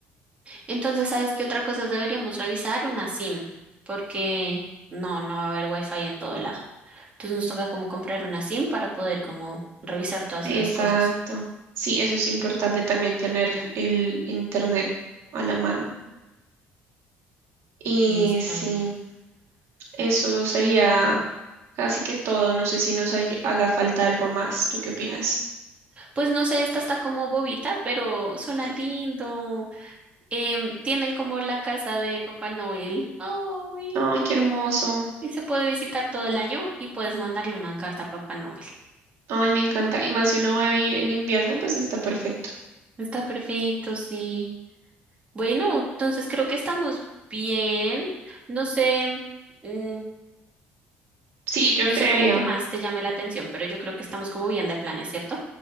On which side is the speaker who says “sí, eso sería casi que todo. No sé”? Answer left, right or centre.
Right